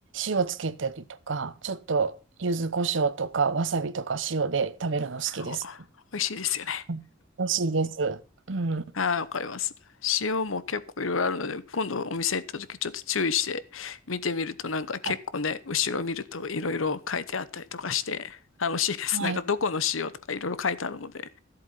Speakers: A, on the right (about 65°); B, on the left (about 80°).
A: 塩つけたりとか、ちょっと、柚子胡椒とか、わさびとか塩で食べるの好きです。
B: お美味しいですよ。
A: うん美味しいです。うん。
B: ああ、わかります。塩も結構いろいろあるので、今度お店行った時ちょっと注意して見てみるとなんか結構ね、
A: はい。
B: 後ろ見るといろいろ書いてあったりとかして楽しいです。
A: はい
B: なんかどこの塩とかいろいろ書いてあるので、